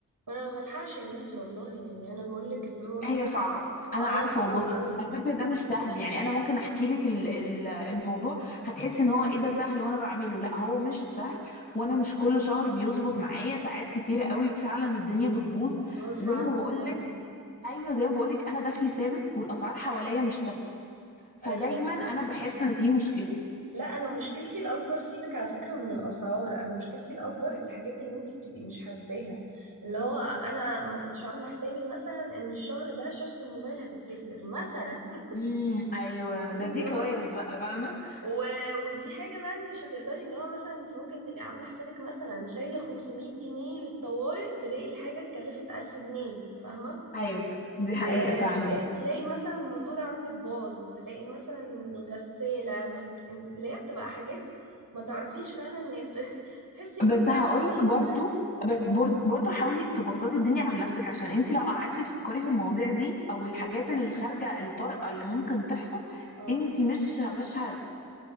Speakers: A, on the right (about 75°); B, on the left (about 25°).
A: وانا ما بلحقش يا بنتي والله يعني انا بقولك اللي هو
B: هي صعبة انا
A: اه
B: عارفه
A: صعب
B: والله
A: قوي
B: على فكره ده مش سهل يعني انا ممكن احكي لك ال- ال- الموضوع هتحسي ان هو ايه ده سهل وانا بعمله لا هو مش سهل وانا مش كل شهر بيظبط معايا ساعات كتيره قوي فعلا الدنيا بتبوظ
A: غصب
B: زي
A: عنك
B: ما بقول
A: فعلا
B: لك ايوه زي ما بقول لك انا دخلي ثابت والاسعار حواليا مش ثابته فدايما
A: ايوه بالظبط
B: انا بحس ان في مشكله
A: لا انا مشكلتي الاكبر سيبك على فكره من الاسعار انا مشكلتي الاكبر الحاجات اللي انت بتبقي مش حاسباها اللي هو انا ما كنتش عامله حسابي مثلا ان الشهر ده شاشه الموبايل هتتكسر مثلا <laughs>
B: امم ايوه ده
A: انت
B: دي
A: فاهمه
B: كوارث بقى فاهمه
A: و- ودي حاجه بقى انت مش هتقدري اللي هو مثلا انت ممكن تبقي عامله حسابك مثلا شايله 500 جنيه للطوارئ تلاقي الحاجه اتكلفت 1000 جنيه فاهمه
B: ايوه فعلا دي حقيقه
A: آه،
B: فعلا
A: تلاقي تلاقي مثلا الموتور عندك باظ تلاقي مثلا الغسالة م- اللي هي بتبقى حاجات ما تعرفيش فعلا ان هي بت... <laughs> تحسي ان
B: بس
A: في
B: هقولك
A: عفريت
B: برضو بس بر- برضو حاولي تبسطي الدنيا على نفسك عشان انت لو قعدتي تفكري في المواضيع دي او الحاجات اللي خارجه الطارئه اللي ممكن تحصل
A: اه
B: انت مش مش هت